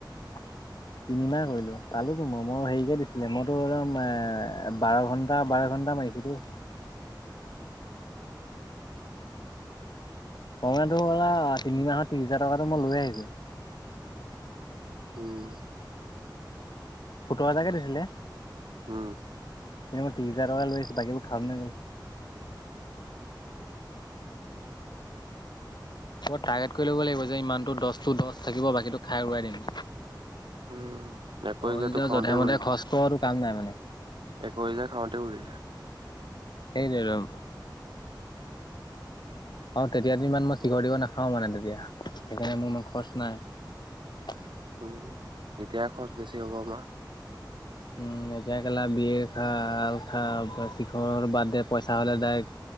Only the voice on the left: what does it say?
<unintelligible> তিনিমাহ কৰিলো পালোতো মই মই হেৰিকে দিছিলে মইতো একদম এ বাৰ ঘন্টা বাৰ ঘন্টা কমাই আহিছো টো প্ৰমেটো লা তিনিমাহৰ ত্ৰিশ হাজাৰ টকাটো মই লৈ আহিছো
সোতৰ হেজাৰ কে দিছিলে
কিন্তু মই ত্ৰিশ হাজাৰ টকা লৈ আছো বাকীবোৰ খাম নে গ'ল অ টাৰ্গেট কৰি ল'ব লাগিব যে ইমানতটো দচ টো দচ থাকিব বাকীটো খাই উৰাই দিম। তই
যতিয়া
যধে
মধে খৰচ ক টো কাম নাই মানে।
সেই টোৱে ত অ তেতিয়াত ইমান মই চিখৰ তিখৰ নাখাও মানে তেতিয়া সেইকাৰণে মোৰ ইমান খৰচ নাই হয় <unintelligible>
উম। এতিয়া কেলা বিয়েৰ আল খা বা শিখৰ বাদ দে পইচা হ'লে দায়েক।